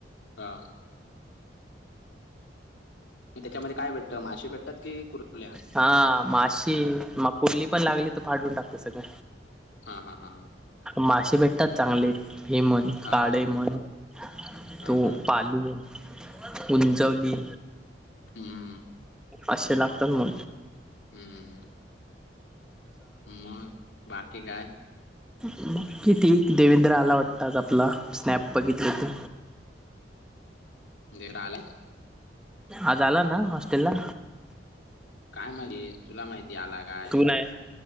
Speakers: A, on the left; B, in the centre.
A: हा. त्याच्यामध्ये काय भेटतं माशे भेटतात, की कुर्ल्या?
B: हा माशे, मग कुर्ली पण लागली तर फाडून टाकत सगळं.
A: हा हा हा हा.
B: मासे भेटतात चांगले, हे म्हन
A: हा
B: काढे म्हण
A: हा
B: तो
A: हा
B: पाले उंचवली
A: हम्म
B: असे लागतात म
A: हम्म, मग बाकी काय?
B: मग किती, देवेंद्र आला वाटत आज आपला, स्नॅप बघितलं ते.
A: देवरा आलाय?
B: आज आला ना हॉस्टेल ला?
A: काय माहिती? तुला माहिती आला काय,
B: नाही